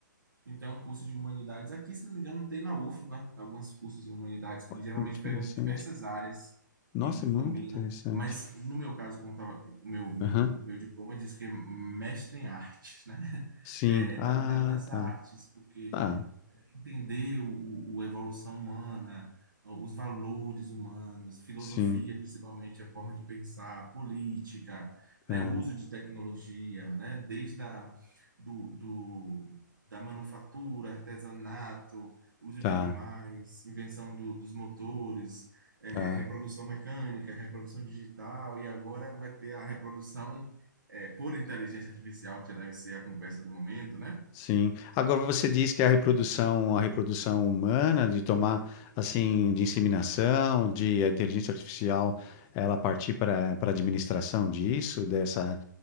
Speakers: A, on the right; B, on the left.
A: Então, o curso de humanidades aqui, se não me engano, tem na UFBA alguns cursos de humanidades que
B: Olha
A: geralmente
B: que Interessante.
A: pegam de diversas áreas
B: Nossa,
A: e,
B: é
A: e
B: muito
A: combinam.
B: interessante.
A: Mas no meu caso, como tava, o meu, meu,
B: Aham.
A: meu diploma diz que é mestre em artes, né? <laughs>
B: Sim.
A: É,
B: Ah,
A: tá ligado às
B: tá.
A: artes, porque
B: Tá.
A: entender o, o- a evolução humana, os valores humanos, filosofia,
B: Sim.
A: principalmente a forma de pensar, política,
B: Tá.
A: né, o uso de tecnologia, né, desde a, do, do- da manufatura, artesanato, uso
B: Tá.
A: de animais, invenção do- dos motores, eh,
B: Tá,
A: reprodução mecânica, reprodução digital, e agora vai ter a reprodução eh, por inteligência artificial, que deve ser a conversa do momento, né?
B: sim. Agora você diz que a reprodução, a reprodução humana, de tomar assim, de inseminação, de a inteligência artificial, ela partir para para a administração disso, dessa